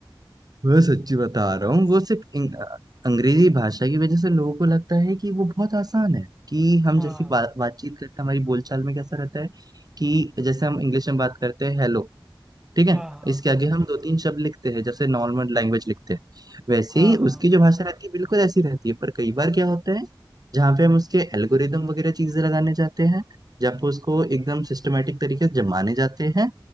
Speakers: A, on the right (about 45°); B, in the centre.
A: मैं सच्ची बता रहा हूँ वो सिर्फ इंग- अंग्रेजी भाषा की वजह से लोगों को लगता है कि वो बहुत आसान है कि हम
B: हाँ
A: जैसी बा, बातचीत करते हैं हमारी बोलचाल में कैसा रहता है कि जैसे हम इंग्लिश में बात करते हैं हेलो ठीक है
B: हाँ हाँ
A: इसके आगे हम दो तीन शब्द लिखते हैं जैसे नॉर्मल लैंग्वेज लिखते हैं वैसे
B: हाँ
A: ही
B: हाँ
A: उसकी जो भाषा रहती है बिल्कुल ऐसी रहती है पर कई बार क्या होता है जहाँ पे हम उसके एल्गोरिदम वगैरह चीजें लगाने जाते हैं जहाँ पे उसको एकदम सिस्टमेटिक तरीके से जमाने जाते हैं